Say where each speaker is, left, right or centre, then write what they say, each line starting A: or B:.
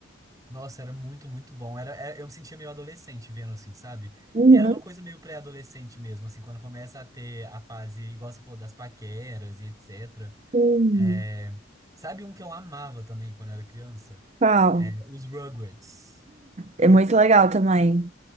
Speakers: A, on the right (about 15°); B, on the right (about 35°).
A: Nossa, era muito, muito bom. Era, é- eu me sentia meio adolescente vendo assim, sabe?
B: Uhum,
A: E era uma coisa meio pré-adolescente mesmo, assim, quando começa a ter a fase, igual você falou, das paqueras e etc.
B: sim.
A: É, Sabe um que eu amava também quando era criança?
B: Qual?
A: É, os Rugrats.
B: É muito legal também.